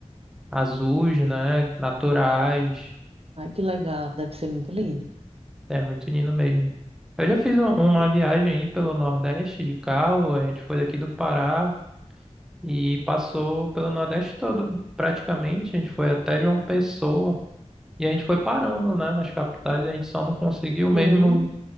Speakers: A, in the centre; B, on the right.
A: azuis, né? Naturais.
B: Ai, que legal. Deve ser muito lindo.
A: É muito lindo mesmo. Eu já fiz um- uma
B: Eu vou-
A: viagem aí pelo Nordeste de carro, a gente foi daqui do Pará e passou pelo Nordeste todo, praticamente. A gente foi até João Pessoa e a gente foi parando, né, nas capitais. A gente só não conseguiu mesmo
B: Sim,